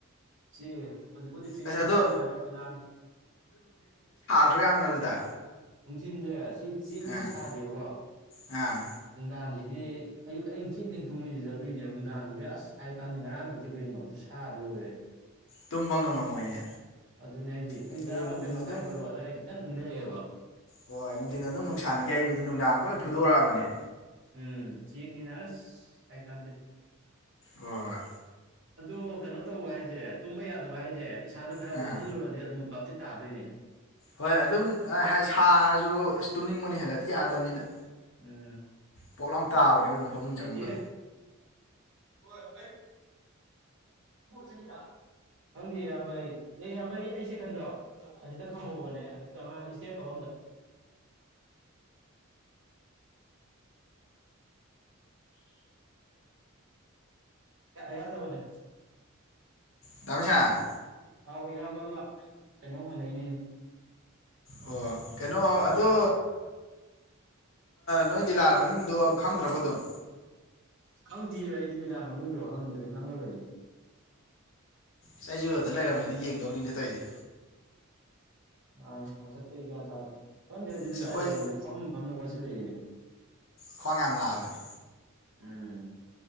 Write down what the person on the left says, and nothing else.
ꯑꯁ ꯑꯗꯣ
ꯗ꯭ꯔꯣ ꯌꯥꯝꯅ ꯑꯗꯨꯗ
ꯑꯥ
ꯑꯥ
ꯇꯨꯝꯕ ꯉꯝꯃꯝꯃꯣꯏꯅꯦ
ꯍꯥꯏꯗꯤ
ꯅꯨꯡꯊꯤꯟ
ꯑꯗꯨꯝ
ꯍꯣꯏ ꯅꯨꯡꯊꯤꯟ ꯑꯗꯨꯝ ꯅꯨꯡꯁꯥꯟꯅꯈꯤ ꯌꯩꯕꯗꯨ ꯅꯨꯡꯗꯥꯡꯗ ꯂꯣꯏ ꯐꯨꯗꯣꯔꯛꯑꯕꯅꯦ
ꯑꯣ
ꯍꯣꯏ ꯑꯥ
ꯍꯣꯏ ꯑꯗꯨꯝ ꯁꯥꯔꯁꯨ ꯇꯨꯝꯅꯤꯡꯕꯅꯤ ꯍꯦꯜꯂꯗꯤ ꯌꯥꯗꯕꯅꯤꯗ
ꯄꯣꯞ ꯂꯥꯎ ꯇꯥꯕꯅꯦꯕ ꯑꯗꯨꯝ ꯐꯃꯨꯡ ꯆꯪꯕꯒ
ꯗꯃꯤꯁꯥ
ꯑꯣ ꯀꯩꯅꯣ ꯑꯗ ꯅꯣꯏ ꯂꯤꯂꯥ ꯃꯃꯤꯡꯗꯣ ꯈꯪꯗ꯭ꯔꯕꯣ ꯑꯗꯨꯝ
ꯆꯩꯖꯗ ꯂꯩꯔꯝꯃꯗꯤ ꯌꯦꯡꯗꯧꯅꯤꯅꯦ ꯇꯧꯔꯤꯁꯦ
ꯑꯁ
ꯑꯩꯈꯣꯏ
ꯈ꯭ꯋꯥꯡ ꯌꯥꯝ ꯅꯥꯕꯅꯦ